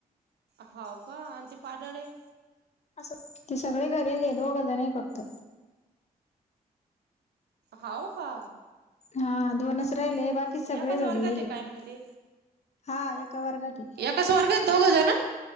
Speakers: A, on the right (about 80°); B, on the left (about 40°).
A: हाव का आणि ते पाडळ हेय
B: असं, ते सगळे घरीे <unintelligible> दोघ जण हेय फक्त
A: हाऊ का
B: हा दोनच राहिले, बाकी
A: एकाच
B: सगळे
A: वर्गात
B: घरी येली,
A: आहे काय मग ते
B: हा एका वर्गात ते
A: का वर्गात दोघं जन